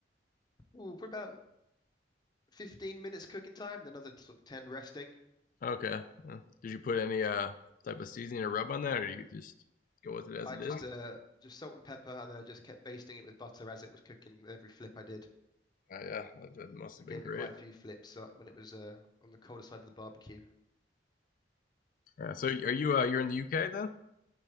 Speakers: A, on the left; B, on the left.
A: Ooh, put about 15 minutes cooking time, then another sort of 10 resting.
B: okay. Uh, did you put any uh type of seasoning or rub on that, or do you just go with it as
A: I
B: it
A: just
B: is?
A: uh just salt and pepper, and then I just kept basting it with butter as it was cooking with every flip I did.
B: Uh, yeah, that, that must
A: I
B: have
A: gave
B: been great.
A: it quite a few flips uh, when it was uh on the colder side of the barbecue.
B: Yeah. So are you uh you're in the UK then?